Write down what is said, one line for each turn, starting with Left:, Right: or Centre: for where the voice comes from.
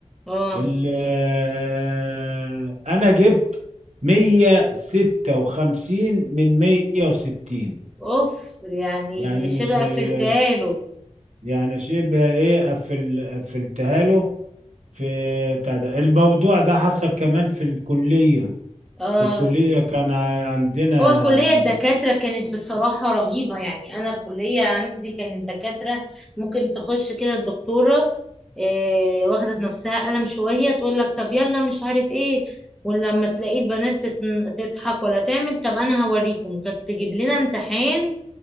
Centre: اه
Right: ال... آه، انا جبت 156 من 160
Centre: اوف يعني
Right: يعني
Centre: شبه
Right: مش ال...
Centre: قفلتها له
Right: يعني شبه ايه قفل قفلتها له في بتاع ده الموضوع ده حصل كمان في الكليه
Centre: اه
Right: في الكليه كان ع- عندنا
Centre: هو كلية الدكاترة كانت بصراحة رهيبة يعني أنا الكلية عندي كانت دكاترة ممكن تخش كده الدكتورة إيه واخدة في نفسها قلم شوية تقول لك طب يلا مش عارف ايه ولما تلاقي البنات تتن- تضحك ولا تعمل طب أنا هوريكم كانت تجيب لنا امتحان